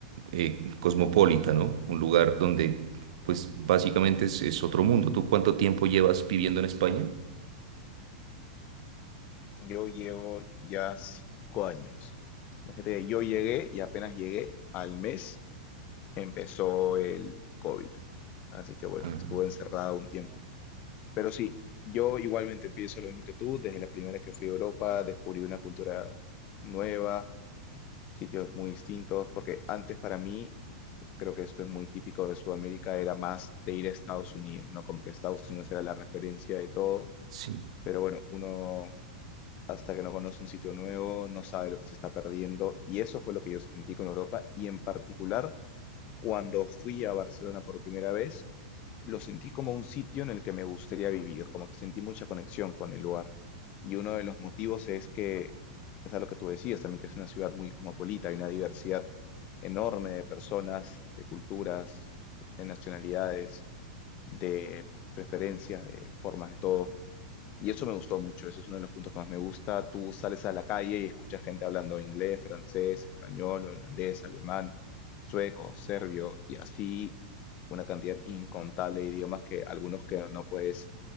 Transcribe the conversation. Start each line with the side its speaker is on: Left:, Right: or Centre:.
Right: eh, cosmopolita, ¿no? Un lugar donde, pues, básicamente es, es otro mundo. ¿Tú cuánto tiempo llevas viviendo en España?
Left: Yo llevo ya cinco años. Imagínate que yo llegué y apenas llegué al mes empezó el COVID. Así que bueno,
Right: Ah,
Left: estuve encerrado un tiempo. Pero sí, yo igualmente pienso lo mismo que tú. Desde la primera vez que fui a Europa descubrí una cultura nueva, sitios muy distintos, porque antes para mí creo que esto es muy típico de Sudamérica, era más de ir a Estados Unidos, ¿no? Como que Estados Unidos era la referencia de todo,
Right: sí.
Left: pero bueno, uno hasta que no conoce un sitio nuevo, no sabe lo que se está perdiendo, y eso fue lo que yo sentí con Europa, y en particular cuando fui a Barcelona por primera vez, lo sentí como un sitio en el que me gustaría vivir, como que sentí mucha conexión con el lugar. Y uno de los motivos es que, es a lo que tú decías también, que es una ciudad muy cosmopolita, hay una diversidad enorme de personas, de culturas, de nacionalidades, de preferencias, de formas de todo. Y eso me gustó mucho, eso es uno de los puntos que más me gusta. Tú sales a la calle y escuchas gente hablando inglés, francés, español, holandés, alemán, sueco, serbio y así una cantidad incontable de idiomas que algunos que no puedes